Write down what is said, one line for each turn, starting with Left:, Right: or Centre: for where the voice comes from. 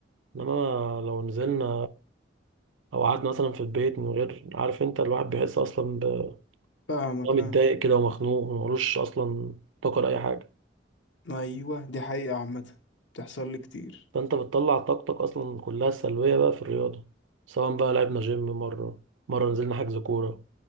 Right: إنما لو نزلنا او قعدنا مثلا في البيت من غير عارف انت الواحد بيحس اصلا ب-
Left: فاهمك
Right: إن هو متضايق
Left: اه
Right: كده ومخنوق وملوش اصلا طاقه لاي حاجه
Left: ايوه دي حقيقه عامه بتحصل لي كتير
Right: فانت بتطلع طاقتك اصلا كلها سلبيه بقى في الرياضه سواء بقى لعبنا جيم مره مره نزلنا حجز كوره